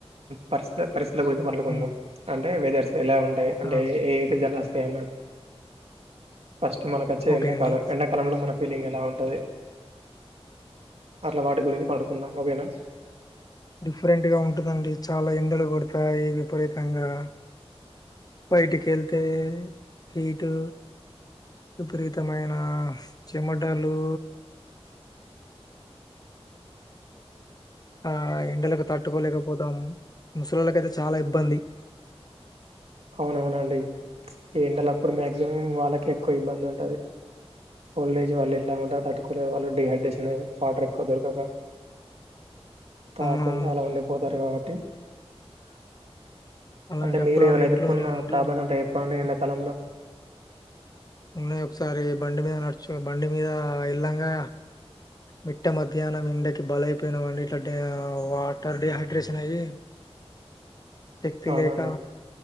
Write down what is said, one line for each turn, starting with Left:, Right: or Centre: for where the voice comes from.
Right: పరిస్ పరిస్థితుల గురించి మాట్లాడుకుందాం
Left: హ్మ్
Right: అంటే వెదర్స్ ఎలా ఉంటాయి అంటే
Left: ఆ
Right: ఏ ఏ సిజన్లు వస్తాయి అన్నా ఫస్ట్ మనకు అచ్చేది
Left: ఓకే
Right: ఎండాకాలం.
Left: అండి
Right: ఎండాకాలంలో మన ఫీలింగ్ ఎలా ఉంటది అట్లా వాటి గురించి మాడుకుందాం ఓకేనా
Left: డిఫరెంట్గా ఉంటదండి చాలా ఎండలు కొడతాయి విపరీతంగా బైటకేళ్తే హీటు విపరీతమైన చెమటలు ఆ ఏండలకు తట్టుకోలేకపోతాం, ముసలిళ్లకైతే చాలా ఇబ్బంది
Right: అవునవునండి ఈ ఎండల అప్పుడు మాక్సిమం వాళ్ళకె ఎక్కువ ఇబ్బంది ఉంటది ఓల్డేజ్ వాళ్ళు ఎట్లా ఉంట అట్టుకోలే వాళ్ళ డిహైడ్రేషన్ అయ్యి వాటర్ ఎక్కువ దొరకక తాకుండా
Left: అవునవును
Right: అలా ఉండిపోతారు కాబట్టి
Left: అలాంటప్పుడు
Right: అంటే మీరు ఏమన్నా
Left: ఆళ్ళు
Right: ఎదుర్కొన్న
Left: ఇంట్లోనే ఉండి
Right: ప్రాబ్లమ్ ఉంటె చెప్పండి
Left: మ-
Right: ఎండాకాలంలో
Left: ఉన్నాయి, ఒకసారి బండి మీద నడుచు బండి మీద ఎల్లంగా మిట్ట మధ్యాహ్నం ఎండకి బలైపోయినామండి. ఎట్లంటే వాటర్ డిహైడ్రేషన్ అయ్యి శక్తిలేక
Right: అవునండి